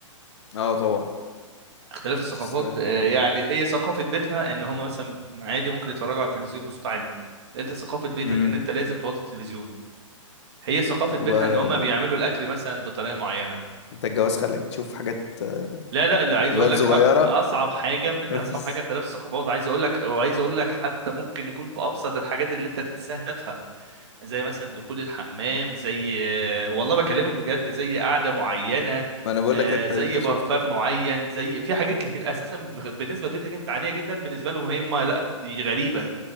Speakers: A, on the left; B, on the right.
A: اه طبعا
B: اختلاف الثقافات
A: بس
B: آه، يعني هي ثقافه بيتها ان هم مثلا عادي ممكن يتفرجوا على التلفزيون بصوت عالي انت ثقافه بيتك
A: امم
B: ان انت لازم توطي التلفزيون هي ثقافه بيتها
A: بقى
B: ان هم بيعملوا الاكل مثلا بطريقه معينه
A: انت الجواز خلاك تشوف حاجات آه،
B: لا لا لا عايز
A: تبان
B: اقول لك
A: صغيرة
B: أكت... اصعب حاجه
A: <laughs>
B: لا،
A: بس
B: اصعب حاجه اختلاف الثقافات عايز اقول لك وعايز اقول لك حتى ممكن يكون في ابسط الحاجات اللي انت تحسها تافهه زي مثلا دخول الحمام زي آه، والله بكلمك بجد زي قعده معينه
A: ما انا بقول
B: آه،
A: لك انت
B: زي
A: انت شفت
B: برفان معين زي في حاجات كتير اساسا بغ- بالنسبه لبيتك انت عاديه جدا بالنسبه لهم هي ما لا دي غريبه